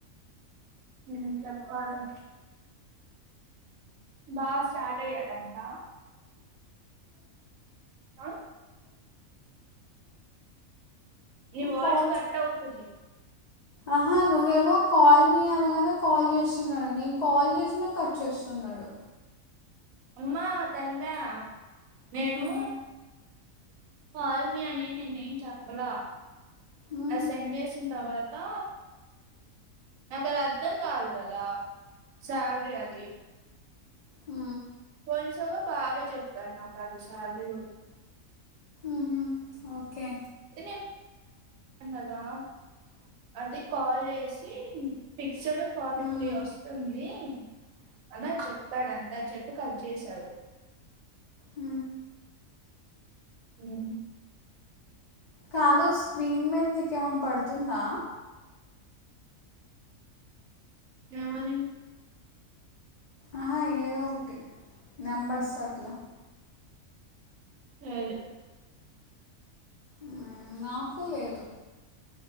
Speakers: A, on the right; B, on the left.
A: ఏం చెప్పాలే బా స్టార్ట్ అయ్యాడంటా ఆ నీ వాయిస్
B: కాల్
A: కట్ అవుతుంది
B: ఆహా నువ్వేమో కాల్ మీ అనగానే కాల్ చేస్తున్నాడు, నేను కాల్ చేసినా కట్ చేస్తున్నాడు.
A: అమ్మా తల్లే నేను
B: హ్మ్.
A: కాల్ మీ అనేం నేనేమి చెప్పల
B: హ్మ్.
A: ఆ సెండ్ చేసి తర్వాతా నాకదర్థం కాదు కదా శాలురీ అది
B: ఊ
A: పోయినసాగీ బావే చెప్పాడు నాకది శాలరీ గురించి
B: ఉహు ఓకే
A: <inaudible> అది కాల్ చేసి ఫిక్స్డ్ ఫార్టీ
B: హ్మ్.
A: త్రీ వస్తుంది అలా చెప్పాడు అంతా చెప్పి కట్ చేసాడు
B: ఆ
A: ఉ
B: కాదు స్క్రీన్ మీద నీకేమన్న పడుతుందా
A: ఏమని
B: ఆహా ఏదోకటి నెంబర్స్ అట్లా
A: ఏదు
B: ఆ నాకు లేదు